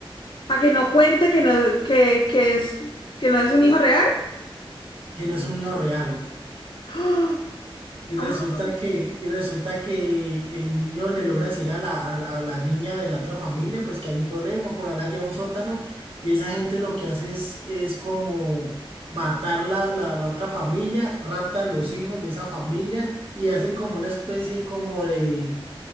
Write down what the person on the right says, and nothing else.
que no es un hijo real.
Y
resulta que, y resulta que el niño le logra decir a la, a la, a la niña de la otra familia, pues que hay un problema, por allá lleva un sótano, y esa gente lo que hace es, es como matar la, la, la otra familia, raptan los hijos de esa familia y hacen como una especie como de,